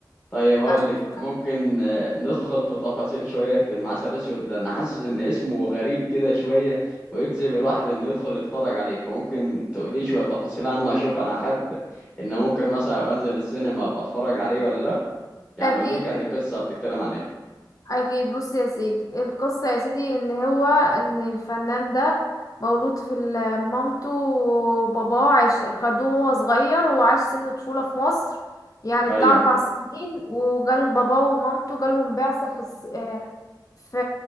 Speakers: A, on the left; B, on the left.
A: طيب هقول
B: أنا شفت-
A: لك ممكن آه، ندخل في تفاصيل شويه في المعسل الاسود لان حاسس ان اسمه غريب كده شويه ويجذب الواحد انه يدخل يتفرج عليه فممكن تقولي شويه تفاصيل عنه اشوف انا احب ان ممكن مثلا ابقى انزل السينما ابقى اتفرج عليه ولا لا يعني
B: اكيد
A: قولي كانت القصه بتتكلم عن ايه
B: اكيد بص يا سيدي القصه يا سيدي ان هو ان الفنان ده مولود في ال- مامته وباباه عاش خدوه وهو صغير هو عاش سن طفوله في مصر يعني بتاع
A: ايوه
B: اربع سنين وجالهم باباه ومامته جالهم بعثه في الص- آه، في